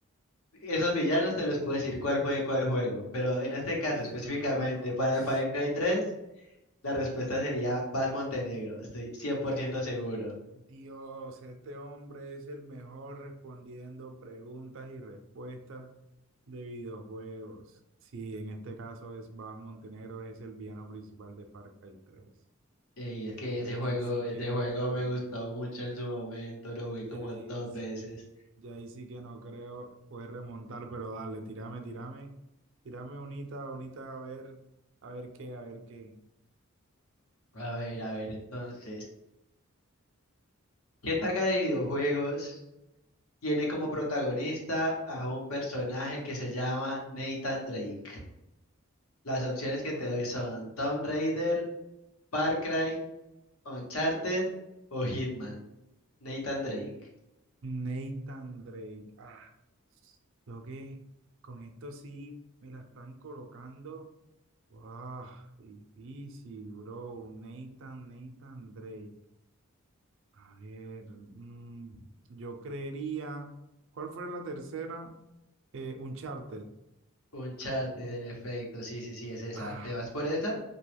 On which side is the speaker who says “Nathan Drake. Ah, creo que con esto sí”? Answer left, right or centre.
Right